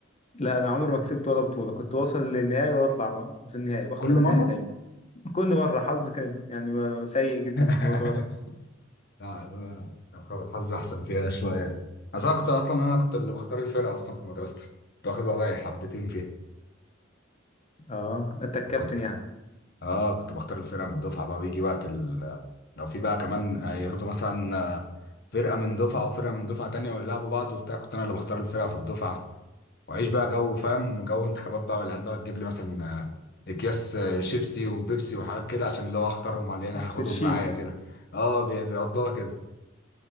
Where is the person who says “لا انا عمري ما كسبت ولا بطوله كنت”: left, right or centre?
Left